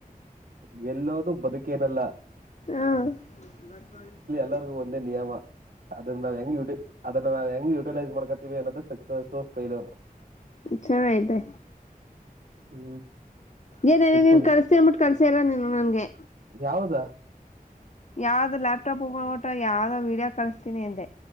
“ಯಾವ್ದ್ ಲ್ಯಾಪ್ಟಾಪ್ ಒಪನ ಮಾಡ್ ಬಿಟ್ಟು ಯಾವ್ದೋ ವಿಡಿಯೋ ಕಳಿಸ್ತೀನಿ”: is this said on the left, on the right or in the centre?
Left